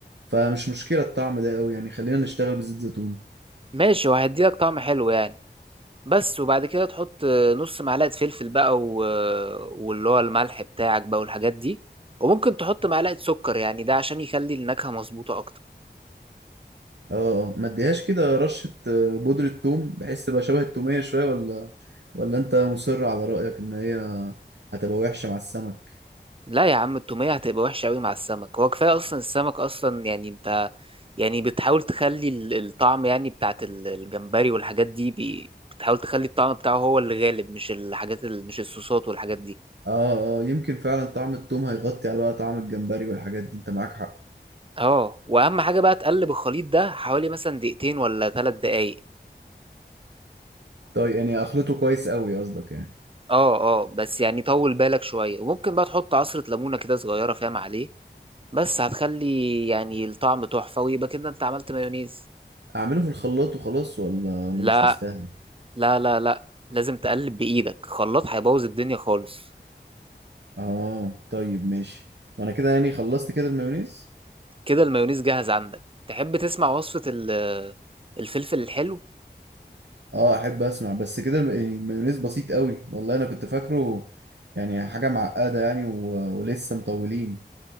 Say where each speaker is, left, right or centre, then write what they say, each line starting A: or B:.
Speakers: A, on the right; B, on the right.
A: فمش مشكله الطعم ده قوي يعني خلينا نشتغل بزيت زيتون
B: ماشي وهيديلك طعم حلو يعني بس وبعد كده تحط نص معلقة فلفل بقى و... واللي هو الملح بتاعك بقى والحاجات دي وممكن تحط معلقة سكر يعني ده عشان يخلي النكهة مظبوطة أكتر
A: اه آه. ما اديهاش كده رشه آه، بودره ثوم بحيث تبقى شبه التوميه شويه ولا ولا انت مصر على رايك ان هي هتبقى وحشه مع السمك
B: لا يا عم التومية هتبقى وحشة أوي مع السمك هو كفاية أصلا السمك أصلا يعني أنت يعني بتحاول تخلي ال- الطعم يعني بتاعت ال- الجمبري والحاجات دي بي... بتحاول تخلي الطعم بتاعه هو اللي غالب مش الحاجات ال... مش الصوصات والحاجات دي
A: اه اه آه. يمكن فعلا طعم الثوم هيغطي على بقى طعم الجمبري والحاجات دي انت معاك حق
B: اه واهم حاجه بقى تقلب الخليط ده حوالي مثلا دقيقتين ولا ثلاث دقايق
A: طيب يعني اخلطه كويس قوي قصدك يعني
B: اه اه بس يعني طول بالك شوية وممكن بقى تحط عصرة ليمونة كده صغيرة فاهم عليه بس هتخلي يعني الطعم تحفة ويبقى كده انت عملت مايونيز
A: اعمله في الخلاط وخلاص ولا ولا
B: لا
A: مش مستاهل
B: لا لا لا لازم تقلب بإيدك خلاط هيبوظ الدنيا خالص
A: اه طيب ماشي وانا كده يعني خلصت كده المايونيز
B: كده المايونيز جاهز عندك تحب تسمع وصفة ال- الفلفل الحلو
A: اه احب اسمع بس كده الم- يعني المايونيز بسيط قوي والله انا كنت فاكره يعني حاجة معقدة يعني و... ولسه مطولين